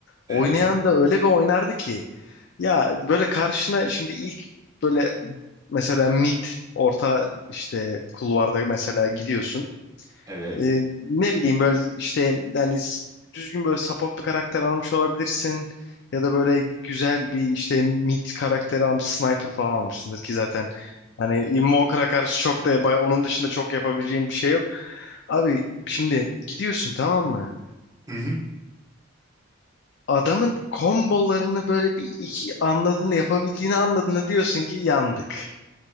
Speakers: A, on the right; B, on the left.
A: Evet,
B: Oynayan da öyle bir oynardı ki ya böyle karşına şimdi ilk böyle mesela mid orta işte kulvarda mesela gidiyorsun.
A: evet.
B: Ee, ne bileyim böyle işte yani s- düzgün böyle support bir karakter almış olabilirsin ya da böyle güzel bir işte mid karakteri almış sniper falan almışsındır ki zaten hani Invoker'a karşı çok da bay- onun dışında çok yapabileceğim bir şey yok. Abi şimdi gidiyorsun tamam mı?
A: Hı hı.
B: Adamın kombolarını böyle bir iki anladın yapabildiğini anladığında diyorsun ki yandık.